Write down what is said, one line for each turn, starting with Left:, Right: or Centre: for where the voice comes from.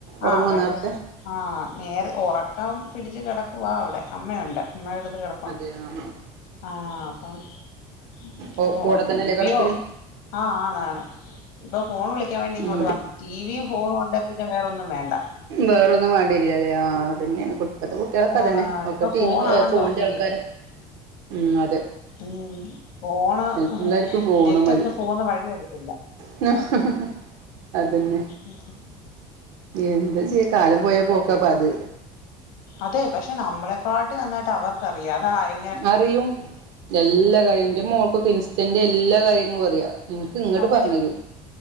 Right: ഉറങ്ങോ
Left: ആഹ് കഴിച്ചു.
Right: നേരത്തെ
Left: ആഹ് നേരെ ഉറക്കൻ പിടിച്ച് കിടക്കവാ അവിടെ അമ്മയുണ്ട് അമ്മയടുത്ത് കെട
Right: അതെ അ ആഹ്
Left: ആഹ് അപ്പം <unintelligible>
Right: ഓ കൂടെ തന്നെല്ലേ
Left: ടിവിയോ?
Right: കിടക്കല്
Left: ആഹ് ആണ് ആണ് ഇപ്പൊ ഫോൺ വിളിക്കാൻ വേണ്ടി ഇങ്ങോട്ട്
Right: ഉം
Left: വന്ന ടിവിയും ഫോണുണ്ടെ പിന്നെ വേറൊന്നും വേണ്ട.
Right: വേറൊന്നും വേണ്ടരൂല്ലലേ ആഹ് അതന്നെയാണ് ഇപ്പോ ഇപ്പത്തെ കുട്ടികളൊക്കെ
Left: ആഹ്
Right: അതന്നെ ഒക്കെ
Left: ഇപ്പൊ
Right: ടിവിന്റെ
Left: ഫോണാണല്ലോ
Right: ഫോണിന്റെ
Left: മെയിൻ
Right: ആൾക്കാര ഉം അതെ
Left: ഉം പോണ്
Right: എല്ലാർക്കും
Left: ഉം
Right: ഫോണ്
Left: നെറ്റൊക്കെ
Right: മതി
Left: പോണ വഴി അറിയത്തില്ല.
Right: <unintelligible> അതന്നെ
Left: ഉഹം
Right: എന്താ ചെയ്യ കാലം പോയ പോക്കാപ്പത്
Left: തന്നെ അതെ പക്ഷെ നമ്മളെക്കാട്ടി നന്നായിട്ട് അവർക്കറിയാം അത <unintelligible>
Right: അറിയും എല്ലാ കാര്യന്റെയും മോൾക്കൊക്കെ ഇൻ സ്റ്റൻ്റെ എല്ലാ കാര്യങ്ങളും അറിയാ ഇൻക്ക് ഇങ്ങട്ട്
Left: അതെ
Right: പറഞ്ഞ് തരും